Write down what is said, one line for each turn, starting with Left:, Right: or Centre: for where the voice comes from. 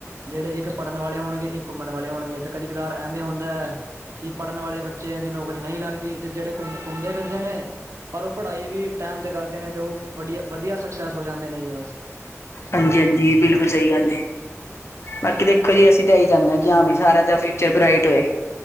Right: ਜਿਹੜੇ ਇੱਕ ਪੜ੍ਹਨ ਵਾਲੇ ਹੋਣਗੇ ਇੱਕ ਘੁੰਮਣ ਵਾਲੇ ਹੋਣਗੇ ਤੇ ਕਦੇ ਕਦਾਰ ਐਵੇਂ ਹੁੰਦਾ ਹੈ ਕਿ ਪੜ੍ਹਨ ਵਾਲੇ ਬੱਚਿਆਂ ਦੀ ਨੌਕਰੀ ਨਹੀਂ ਲੱਗਦੀ ਜਿਹੜੇ ਘੁੰਮ ਘੁੰਮਦੇ ਫਿਰਦੇ ਨੇ ਪਰ ਉਹ ਪੜ੍ਹਾਈ ਵੀ ਟਾਈਮ ਤੇ ਕਰਦੇ ਨੇ ਤੇ ਉਹ ਵਧੀਆ ਵਧੀਆ ਸਕਸੈਸ ਹੋ ਜਾਂਦੇ ਨੇ ਜੀ ਬਸ
Left: ਹਾਂਜੀ ਜੀ ਬਿਲਕੁਲ ਸਹੀ ਗੱਲ ਹ ਬਾਕੀ ਦੇਖੋ ਜੀ, ਅਸੀਂ ਤਾ ਇਹੀ ਚਾਹੁੰਦੇ ਆ। ਕੀ ਹਾਂ ਬਾਈ ਸਾਰੇਆਂ ਤਾ ਫਿਊਚਰ ਬਰਾਈਟ ਹੋਏ।